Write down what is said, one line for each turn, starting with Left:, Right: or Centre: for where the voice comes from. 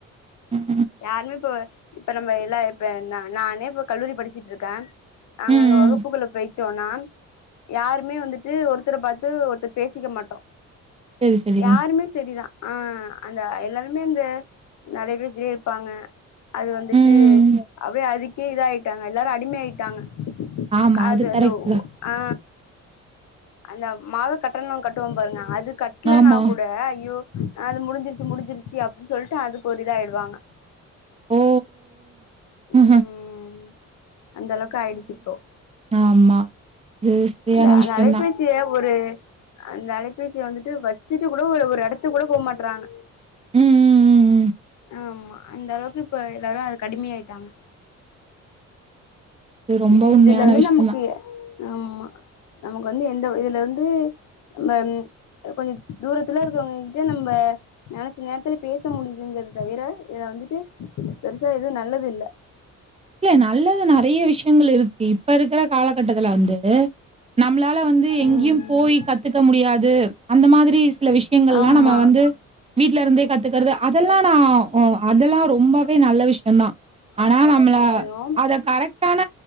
Right: ம்.
Left: யாருமே இப்ப இப்ப நம்ம எல்லா இப்ப நானே இப்ப கல்லூரி படிச்சுட்டுருக்கேன் நாங்க
Right: ம். ம்.
Left: அங்க வகுப்புக்குள்ள போயிட்டோனா யாருமே வந்துட்டு ஒருத்தர பார்த்து ஒருத்தர் பேசிக்க மாட்டோம்
Right: சரி, சரி.
Left: யாருமே சரிதான் ஆ அந்த எல்லாருமே அந்த நெறைய பேர் சி ப்பாங்க அது வந்துட்டு
Right: ம்.
Left: அப்டியே அதுக்கே இதாயிட்டாங்க எல்லாரு அடிமை ஆயிட்டாங்க
Right: ஆமா.
Left: அது
Right: கரெக்ட்
Left: அந்த ஒ
Right: தான்.
Left: அ அந்த மாத கட்டணோ கட்டுவோம் பாருங்க அது க லனா
Right: ஆமா.
Left: கூட அய்யோ அது முடிஞ்சிருச்சு முடிஞ்சிருச்சு அப்டின்னு சொல்லிட்டு அதுக்கு ஒரு இதாயிடுவாங்க
Right: ஓ! ஓ!
Left: ம் அந்த அளவுக்கு ஆயிடுச்சு இப்போ
Right: ஆமா. அது சரியான
Left: அந்த அந்த
Right: விஷயம்
Left: அளப்பில்
Right: தான்.
Left: த்தில ஒரு அந்த அலைபேசிய வந்துட்டு வெச்சுட்டு கூட ஒரு ஒரு எடத்து கூட போ மாட்றாங்க
Right: ம், ம், ம்.
Left: ஆமா அந்த அளவுக்கு இப்ப எல்லாரு அதுக்கு அடிமை ஆயிட்டாங்க
Right: அது ரொம்ப
Left: இது
Right: உண்மையான
Left: இதுல வந்து
Right: விஷயம்
Left: நமக்கு
Right: தான்.
Left: ஆமா நமக்கு வந்து எந்த இதுல வந்து நம்ம கொஞ்சோ தூரத்துல இருக்கவங்க கிட்ட நம்ப நெனைச்ச நேரத்துல பேச முடியுதுங்கறத தவிர இதுல வந்துட்டு பெருசா எதுவு நல்லது இல்ல
Right: இல்ல நல்லது நெறைய விஷ்யங்கள் இருக்கு இப்ப இருக்கிற காலகட்டத்துல வந்து நம்மளால வந்து எங்கேயும்
Left: ம்
Right: போய் கத்துக்க முடியாது அந்த மாதிரி சில விஷ்யங்கள் எல்லா
Left: ஆமா
Right: நம்ம வந்து வீட்ல இருந்தே கத்துக்கறது அதெல்லா அதெல்லா நா அதெல்லா ரொம்பவே நல்ல விஷ்யம்தான் ஆனா நம்மள
Left: யோம்
Right: அத கரெக்டான